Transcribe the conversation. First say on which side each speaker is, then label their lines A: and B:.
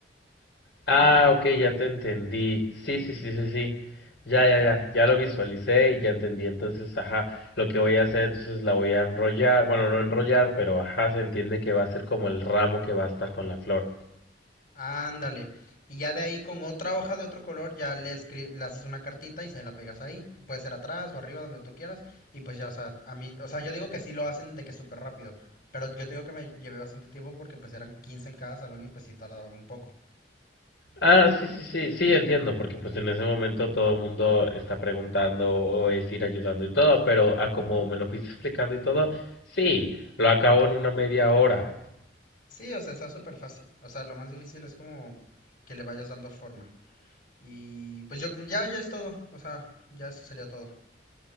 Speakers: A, on the left (about 70°); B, on the left (about 50°).
A: Ah, ok, ya te entendí. Sí, sí, sí, sí, sí. Ya, ya, ya. Ya lo visualicé y ya entendí. Entonces, ajá, lo que voy a hacer, entonces la voy a enrollar. Bueno, no enrollar, pero ajá, se entiende que va a ser como el ramo que va a estar con la flor.
B: Ándale. Y ya de ahí con otra hoja de otro color ya le, escri- le haces una cartita y se la pegas ahí. Puede ser atrás o arriba, donde tú quieras. Y pues ya, o sea, a mí, o sea, yo digo que sí lo hacen de que súper rápido. Pero yo te digo que me llevé bastante tiempo porque pues eran 15 en cada salón y pues sí tardaban un poco.
A: Ah, sí, sí, sí, sí, entiendo, porque pues en ese momento todo el mundo está preguntando o es ir ayudando y todo, pero a como me lo fuiste explicando y todo, sí, lo acabo en una media hora.
B: Sí, o sea, está súper fácil. O sea, lo más difícil es como que le vayas dando forma. Y pues yo, ya, ya es todo. O sea, ya eso sería todo.